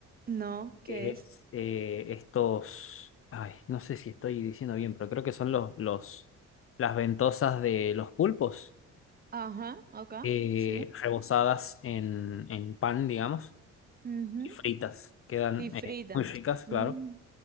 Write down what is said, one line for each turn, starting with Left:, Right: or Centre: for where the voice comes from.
Right: No, ¿qué
Left: Es
Right: es?
Left: eh, estos, ay, no sé si estoy diciendo bien, pero creo que son los, los, las ventosas de los pulpos,
Right: Ajá, acá,
Left: eh,
Right: sí.
Left: rebozadas en, en pan, digamos,
Right: Ujú.
Left: y fritas. Quedan
Right: Y frita.
Left: eh, muy ricas,
Right: Mm,
Left: claro.